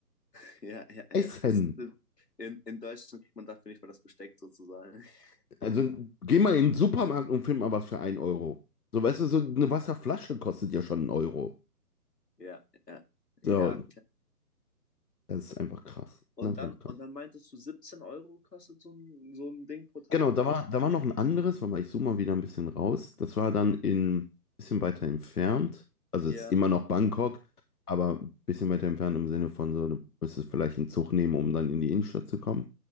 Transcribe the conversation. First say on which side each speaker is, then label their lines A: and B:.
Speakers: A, on the left; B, on the left.
A: <laughs> ja, ja, ja.
B: Essen.
A: Das, in, in Deutschland kriegt man dafür nicht mal das Besteck sozusagen. <laughs>
B: Also geh mal in den Supermarkt und find mal was für einen Euro. So, weißt du, so eine Wasserflasche kostet ja schon einen Euro.
A: Ja, ja, ja,
B: So,
A: klar.
B: das ist einfach krass.
A: Und
B: Das ist einfach
A: dann,
B: krass.
A: und dann meintest du, 17 Euro kostet so ein, so ein Ding pro Tag
B: Genau, da
A: oder
B: war,
A: was?
B: da war noch ein anderes, warte mal, ich zoome mal wieder ein bisschen raus. Das war dann in, bisschen weiter entfernt. Also
A: Ja,
B: es ist immer noch Bangkok, aber ein bisschen weiter entfernt im Sinne von so, du müsstest vielleicht einen Zug nehmen, um dann in die Innenstadt zu kommen.